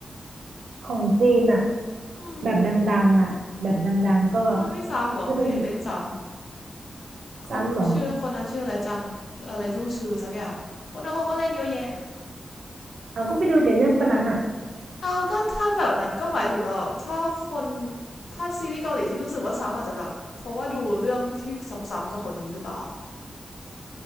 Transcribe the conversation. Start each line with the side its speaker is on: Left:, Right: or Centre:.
Right: ของจีนอะ
Left: อืม
Right: แบบดังๆอ่ะแบบดังๆก็
Left: มันไม่ซ้ำหรอก็เห็นเล่นซ้ำ
Right: ก็เป็น
Left: คนชื่อคนนั้นชื่ออะไรจัง
Right: ซ้ำเหรอ
Left: อะไรลู่ชื่อสักอย่างคนนั้นเขาก็เล่นเยอะแยะ
Right: เราก็ไปดูแต่เรื่องคนนั้นอ่ะ
Left: เอาก็ถ้าแบบนั้นก็หมายถึงแบบถ้าคนถ้าซีรีส์เกาหลีที่รู้สึกว่าซ้ำอาจจะแบบเพราะว่าดูเรื่องที่ซ้ำๆกับคนนี้หรือเปล่า